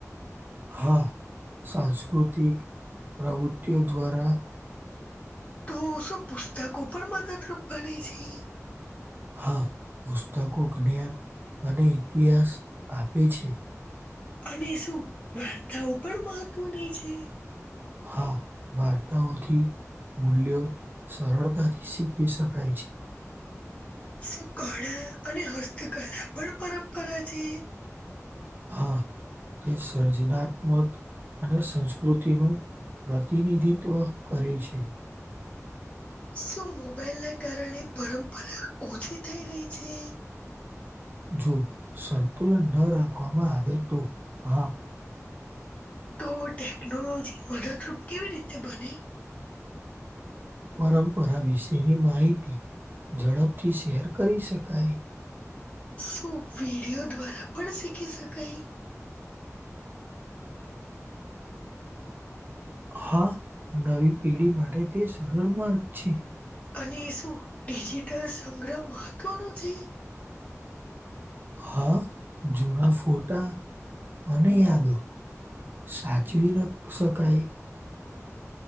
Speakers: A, on the right (about 40°); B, on the left (about 25°).
A: હા સાંસ્કૃતિક પ્રવૃતિઓ દ્વારા
B: તો શું પુસ્તકો પણ મદદરૂપ બને છે
A: હા પુસ્તકો જ્ઞાન અને ઇતિહાસ આપે છે.
B: અને શું વાર્તાઓ પણ મહત્વની છે?
A: હા વાર્તાઓ થી મૂલ્યો સરળતાથી શીખી શકાય છે.
B: શું કળા અને હસ્તકળા પણ પરંપરા છે?
A: હા, તે સર્જનાત્મક અને સંસ્કૃતિનું પ્રતિનિધિત્વ કરે છે.
B: શું મોબાઈલના કારણે પરંપરા ઓછી થઈ રહી છે
A: જો સંતુલન ન રાખવામાં આવે તો હા
B: તો ટેકનોલોજી મદદરૂપ કેવી રીતે બને
A: પરંપરા વિશેની માહિતી ઝડપથી શેર કરી શકાય.
B: શું વિડિયો દ્વારા પણ શીખી શકાય
A: હા નવી પેઢી માટે તે સરળ માર્ગ છે.
B: અને શું ડિજિટલ સંગ્રહ મહત્વનો છે
A: હા જૂના ફોટા અને યાદો સાચવી રખ શકાય.